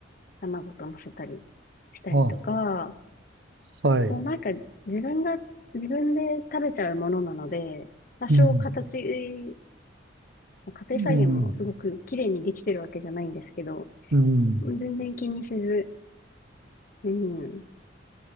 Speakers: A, on the left (about 45°); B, on the right (about 65°).
A: 卵と乗せたりしたりとか、
B: あ、はい。
A: もうなんか自分が、自分で食べちゃうものなので、多少形、
B: うん、
A: 家庭菜園もすごく綺麗にできてるわけじゃないんですけど、
B: うん、うん。
A: 全然気にせず、うん、